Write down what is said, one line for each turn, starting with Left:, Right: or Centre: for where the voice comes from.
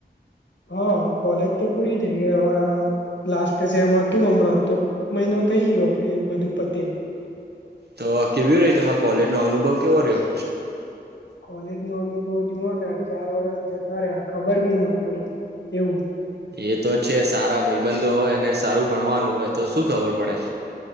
Left: હા કોલેજ તો પૂરી થઇ ગઈ, હવે આ લાસ્ટ સેમ હતું હમણાં તો મહિનો થઈ ગયો એ બધું પતે
Right: તો કેવી રહી, તમારે કોલેજ નો અનુભવ કેવો રહ્યો?
Left: કોલેજ નો અનુભવ જુઓ ને ચાર વર્ષ જતા રહ્યા, ખબર બી ના પડી એવું.
Right: એ તો છે સારા ભાઈબંધો હોય, અને સારું ભણવાનું હોય તો શું ખબર પડે.